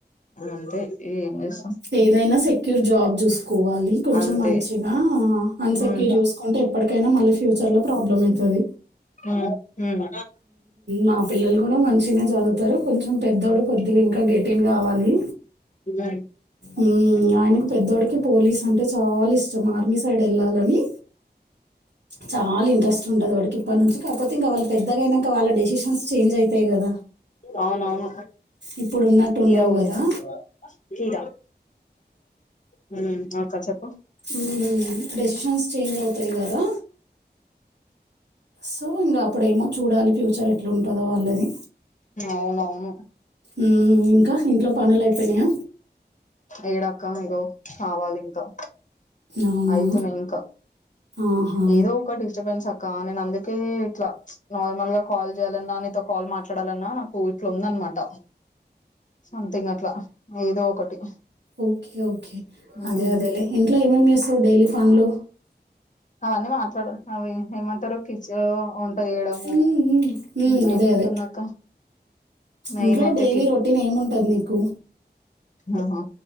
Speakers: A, on the left; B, on the right.
A: అంతె ఏం చేస్
B: ఏదైనా సెక్యూర్ జాబ్ చూసుకోవాలి కొంచెం
A: అంతే
B: మంచిగా. అన్సెక్యూర్
A: హ్మ్
B: చూసుకుంటే, కైనా మళ్ళీ ఫ్యూచర్ లో ప్రాబ్లమ్ అయితాది.
A: హ్మ్
B: నా పిల్లలు కూడ మంచిగనే చదువుతారు. కొంచెం పెద్దోడు కొద్దిగా ఇంకా గెటిన్ కావాలి.
A: మ్
B: ఉమ్, ఆయనకు పెద్దోడికి పోలీస్ అంటే చాల ఇష్టం. ఆర్మీ సైడ్ ఎళ్ళాలని. చాల ఇంట్రెస్ట్ ఉంటది వాడికి ఇప్పనుంచి. కాకపోతే, ఇంక వాళ్ళు పెద్దగయినంక వాళ్ళ డెసిషన్స్ చేంజ్ అయితాయి కదా
A: అవునవును
B: ఇప్పుడు ఉన్నట్టు
A: కీరా
B: ఉండవు
A: కోసీస్
B: కదా
A: కీరా మ్. ఆ అక్క చెప్
B: మ్ డెసిషన్స్ చేంజ్ అవుతాయి కదా! సో ఇంగ అప్పుడేమో చూడాలి ఫ్యూచర్ ఎట్ ఉంటదో వాళ్లది.
A: అవునవును
B: మ్ ఇంకా ఇంట్లో పనులు అయిపోయినయా?
A: ఏడక్క ఇగో కావాలి ఇంకా.
B: అవునా
A: అయితున్నది ఇంకా
B: ఆహా
A: ఏదో ఒక డిస్టర్బెన్స్ అక్ కా నేను అందుకే ఇట్లా నార్మల్ గా కాల్ చేయాలన్నా, నీతో కాల్ మాట్లాడాలన్నా, నాకు ఇట్లుందన్ మాట సంథింగ్ అట్ల ఏదో ఒకటి.
B: Okay okay.
A: హ్మ్
B: అదే అదేలే. ఇంట్లో ఏమేమి చేస్తావు డైలీ పనులు?
A: అవన్నీ మాట్లాడు అవి ఏమంటారు కిచ్ ఉన్ తొయ్యడము,
B: మ్మ్, మ్మ్, మ్మ్,
A: ఇంకేముంటుందక్క?
B: అదే అదే
A: మెయిన్
B: ఇంట్లో
A: అయితే
B: డైలీ రొటీన్ ఏముంటది నీకు?
A: ఆహా